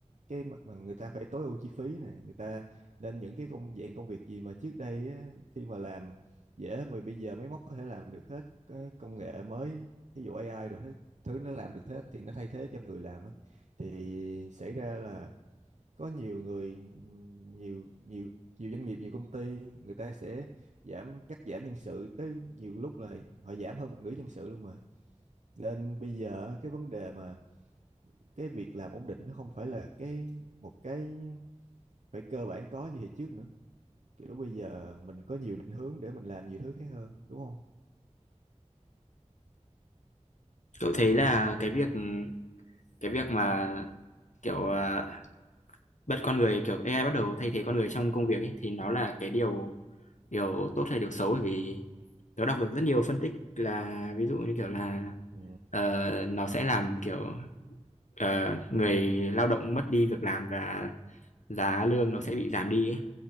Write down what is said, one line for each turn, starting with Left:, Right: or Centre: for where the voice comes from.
Right: cái mặt bằng người ta phải tối ưu chi phí nè người ta nên những cái công dạng công việc gì mà trước đây á, khi mà làm dễ mà bây giờ máy móc có thể làm được hết cái công nghệ mới ví dụ AI rồi thứ, thứ nó làm được hết thì nó thay thế cho người làm á. thì xảy ra là có nhiều người nhiều nhiều nhiều doanh nghiệp nhiều công ty người ta sẽ giảm cắt giảm nhân sự tới nhiều lúc là họ giảm hơn một nửa nhân sự luôn mà nên bây giờ cái vấn đề mà cái việc làm ổn định nó không phải là cái một cái phải cơ bản có như hồi trước nữa kiểu bây giờ mình có nhiều định hướng để mình làm nhiều thứ khác hơn đúng không
Left: cậu thấy là cái việc cái việc mà kiểu à, bất con người kiểu AI bắt đầu thay thế con người trong công việc ấy, thì nó là cái điều điều tốt hay điều xấu bởi vì nó đọc được rất nhiều phân tích là ví dụ như kiểu là
Right: Ừ.
Left: ờ, nó sẽ làm kiểu ờ, người lao động mất đi việc làm và giá lương nó sẽ bị giảm đi ấy.